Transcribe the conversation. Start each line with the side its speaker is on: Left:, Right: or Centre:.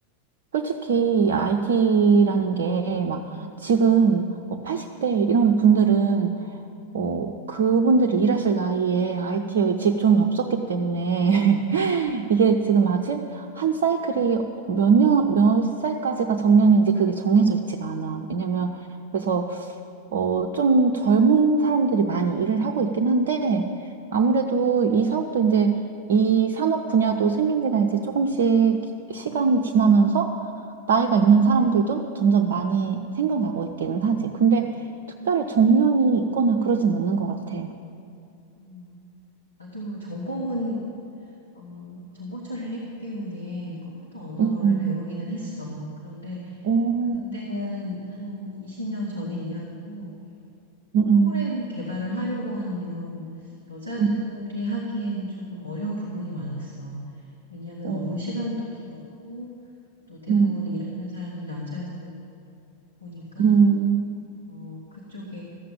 Right: 솔직히 IT라는 게 막 지금 뭐 80대 이런 분들은 뭐 그분들이 일하실 나이에 IT의 직종이 없었기 때문에 <laughs> 이게 지금 아직 한 사이클이 몇 년, 몇 살까지가 정년인지 그게 정해져 있지가 않아. 왜냐면 그래서 어, 좀 젊은 사람들이 많이 일을 하고 있긴 한데 아무래도 이 사업도 이제 이 산업 분야도 생긴 지가 이제 조금씩 시간이 지나면서 나이가 있는 사람들도 점점 많이 생겨나고 있기는 하지. 근데 특별히 정년이 있거나 그러진 않는 것 같아.
Left: 어, 나도 전공은 어, 정보 처리를 했기 때문에 컴퓨터 언어를
Right: 음, 음.
Left: 배우기는 했어. 그런데
Right: 오,
Left: 그때는 한 20년 전의 이야기고
Right: 음,
Left: 프로그램
Right: 음,
Left: 개발을 하려고 하면 여자들이
Right: 음,
Left: 하기에는 조금 어려운 부분이 많았어. 왜냐하면
Right: 오,
Left: 업무 시간도 길었고 또 대부분
Right: 음,
Left: 일하는 사람들이 남자였다 보니까
Right: 음,
Left: 어, 그쪽에